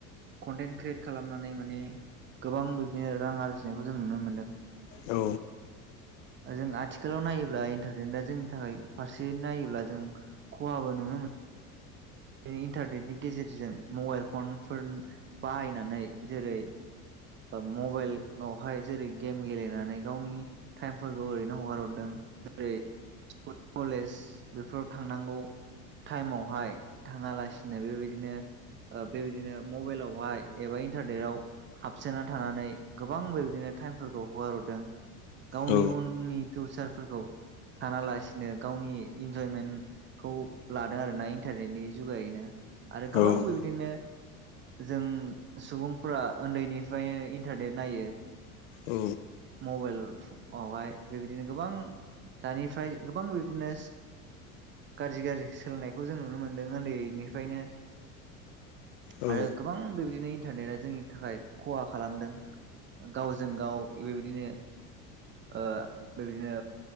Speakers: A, on the right; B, on the left.
A: कन्टेन्ट क्रियेट खालामनानै माने गोबां बिबदिनो रां आरजिनायखौ जों नुनो मोन्दों।
B: औ
A: जों आथिखालाव नायोब्ला इन्टारनेटआ जोंनि थाखाय फारसे नायो ब्ला जों खहाबो नुनो मो इन्टारनेटनि गेजेरजों मबाइल फनफोर बाहायनानै जेरै ओ मबाइलवहाय जेरै गेम गेलेनानै गावनि टाइमफोरखौ ओरैनो हगार हरदों। ओेरै <inaudible> कलेज बेफोराव थांनांगौ टाइमावहाय नाङालासिनो बेबायदिनो बेबायदिनो मबाइलावहाय एबा इन्टारनेटाव हाबसोना थानानै गोबां बेबायदिनो टाइमफोरखौ हगाररदों। गावनि
B: औ
A: उननि फिउसारफोरखौ सानालासिनो गावनि इन्जयमेन्टखौ लादों आरोना इन्टारनेटनि जुगायनो। आरो गोबां
B: औ औ
A: बेबायदिनो जों सुबुंफोरा ओन्दैनिफ्रायनो इन्टारनेट नायो।
B: औ
A: मबाइल आवहाय बेबायदिनो गोबां दानिफ्राय गोबां बेदिनो गाज्रि गाज्रि सोलोंनायखौ जों नुनो मोन उन्दैनिफ्रायनो
B: औ
A: आरो गोबां बेबिदिनो इन्टारनेटआ जोंनि थाखाय खहा खालामदों गावजों गाव बे बेबायदिनो ओ बेबायदिनो